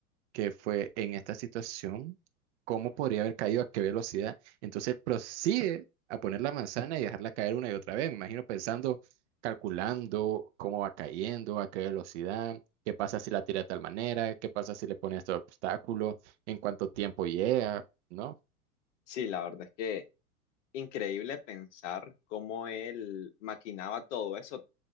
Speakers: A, on the right; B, on the left.
A: ¿Qué fue en esta situación? ¿Cómo podría haber caído? ¿A qué velocidad? Entonces prosigue a poner la manzana y dejarla caer una y otra vez. Me imagino pensando, calculando cómo va cayendo, a qué velocidad, qué pasa si la tira de tal manera, qué pasa si le pone este obstáculo, en cuánto tiempo llega, ¿no?
B: Sí, la verdad es que increíble pensar cómo él maquinaba todo eso